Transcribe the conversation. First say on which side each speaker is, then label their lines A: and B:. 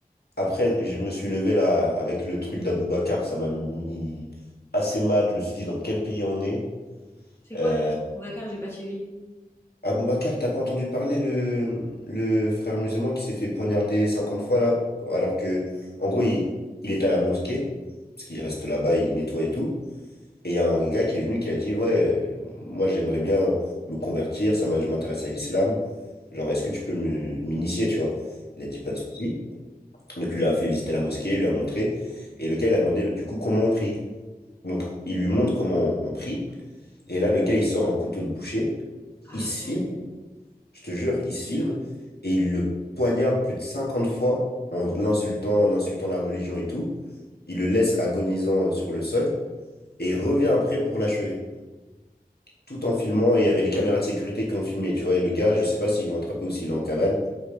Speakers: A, on the left; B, on the left.
A: Après, je me suis levé là avec le truc d'Aboubacar. Ça m'a mis assez mal. Je me suis dit dans quel pays on est.
B: C'est
A: Euh,
B: quoi? le Vacar, j'ai pas suivi.
A: Aboubacar, t'as pas entendu parler le, le frère musulman qui s'est fait poignarder 50 fois là? Alors que, en gros, il, il était à la mosquée, parce qu'il reste là-bas, il nettoie et tout. Et il y a un gars qui est venu qui a dit, ouais, moi j'aimerais bien me convertir, ça m'a- je m'intéresse à l'islam. Genre, est-ce que tu peux me- m'initier, tu vois? Il a dit pas de souci. Donc, il lui a fait visiter la mosquée, il lui a montré. Et le gars, il a demandé du coup comment on prie. Donc, il lui montre comment on prie. Et là, le gars, il sort un couteau de boucher.
B: Arrête.
A: Il se filme, je te jure, il se filme. Et il le poignarde plus de 50 fois en l'insultant, en insultant la religion et tout. Il le laisse agonisant sur le sol. Et il revient après pour l'achever. tout en filmant et il y avait les caméras de sécurité qui ont filmé, tu vois. Et le gars, je sais pas s'ils l'ont attrapé ou s'il est en cavale.